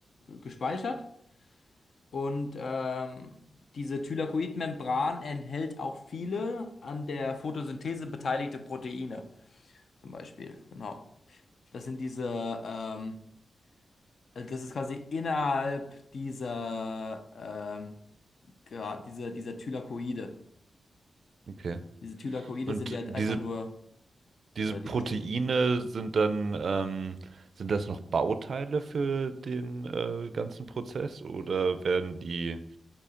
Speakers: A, on the left; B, on the right.
A: gespeichert. Und ähm, diese Thylakoidmembran enthält auch viele an der Photosynthese beteiligte Proteine, zum Beispiel. Genau. Das sind diese, ähm, also das ist quasi innerhalb dieser, ähm, gra- dieser, dieser Thylakoide.
B: Okay.
A: Diese Thylakoide
B: Und
A: sind ja einfach
B: diese,
A: nur
B: diese
A: äh,
B: Proteine
A: die Bestandteile.
B: sind dann, ähm, sind das noch Bauteile für den, äh, ganzen Prozess oder werden die,